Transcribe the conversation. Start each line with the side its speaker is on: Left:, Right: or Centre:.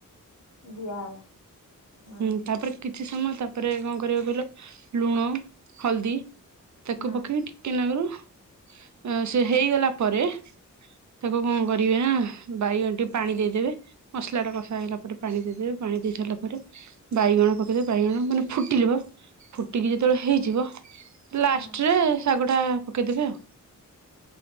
Left: ଦିଆହବ। ହଁ
Right: ହୁଁ ତାପରେ କିଛି ମ ତାପରେ, କଣ କରିବ କହିଲ? ଲୁଣ, ହଲଦୀ ତାକୁ
Left: ହଁ
Right: ପକେଇକି ଟିକେ ନାଗରୁ ଅଁ ସେ
Left: ହଁ
Right: ହେଇଗଲା ପରେ ତାକୁ କଣ କରିବେ ନା, ବାଇଗଣ ଟିକେ ପାଣି ଦେଇଦେବେ। ମସଲା ଟା କଷା ହେଇଲା ପରେ ପାଣି ଦେଇଦେବେ ପାଣି ଦେଇ ସାରିଲା ପରେ ବାଇଗଣ ପକେଇଦେ ବାଇଗଣ ମାନେ ଫୁଟିଲିବ। ଫୁ ଟିକି ଯେତେବେଳେ
Left: ହଁ
Right: ହେଇଯିବ। ଲାଷ୍ଟରେ
Left: ହଁ
Right: ଶାଗଟା ପକେଇଦେବେ ଆଉ।